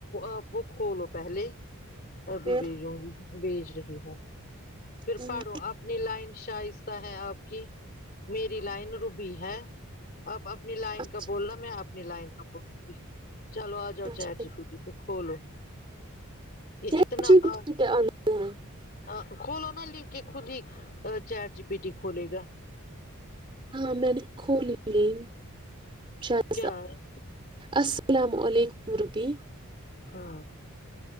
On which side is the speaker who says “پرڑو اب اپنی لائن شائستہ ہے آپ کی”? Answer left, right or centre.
Left